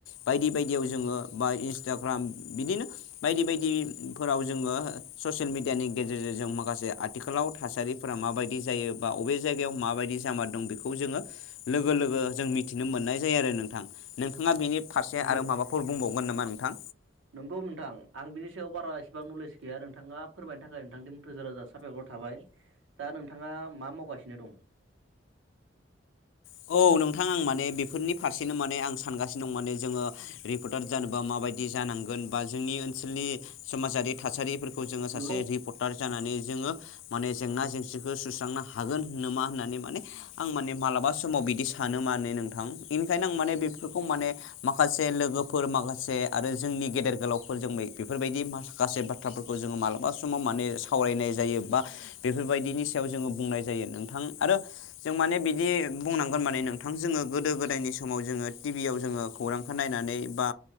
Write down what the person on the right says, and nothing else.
नंगौ
नंगौ नोंथां आं बिनि सायाव बारा इसिबां नलेज गैया आरो नों थाङा फोरमायनो थाखाय नोंथांनिसिम रोजा रोजा सााबायखर थाबाय‌। दा नोंथाङा मा मावगासिनो दं?
इयुनाव